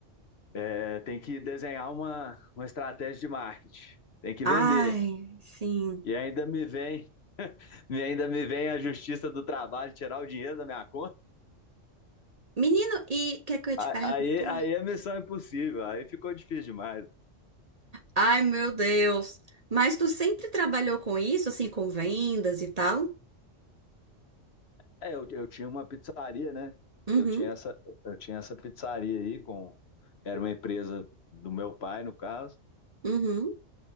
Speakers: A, on the left; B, on the right.
A: É, tem que desenhar uma, uma estratégia de marketing, tem que vender.
B: Ai, sim.
A: E ainda me vem, <laughs> e ainda me vem a justiça do trabalho tirar o dinheiro da minha conta.
B: Menino, e o que é que eu ia
A: A-
B: te perguntar?
A: Aí, aí é missão é impossível, aí ficou difícil demais.
B: Ai, meu Deus. Mas tu sempre trabalhou com isso, assim, com vendas e tal?
A: É, eu, eu tinha uma pizzaria, né?
B: Uhum,
A: Eu tinha essa, eu tinha essa pizzaria aí com, era uma empresa do meu pai, no caso,
B: uhum,